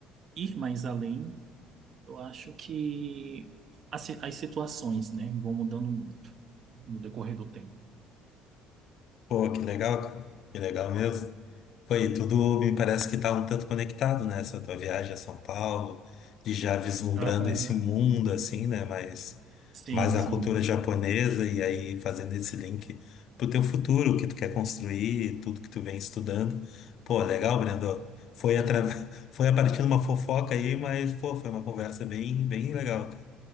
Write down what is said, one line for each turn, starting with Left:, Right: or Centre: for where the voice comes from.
Right: ir mais além Eu acho que as, si- as situações, né, vão mudando muito no decorrer do tempo.
Left: Pô, que legal, cara. Que legal mesmo. Foi, tudo me parece que tá um tanto conectado, né? Essa tua viagem a São Paulo, e já vislumbrando
Right: Aham.
Left: esse mundo, assim, né? Mas,
Right: Sim,
Left: mas
Right: sim,
Left: a cultura japonesa, e aí fazendo esse link pro teu futuro, o que tu quer construir, tudo que tu vem estudando. Pô, legal, Brendo. Foi, atra... <laughs> foi a partir de uma fofoca aí, mas, pô, foi uma conversa bem, bem legal, cara.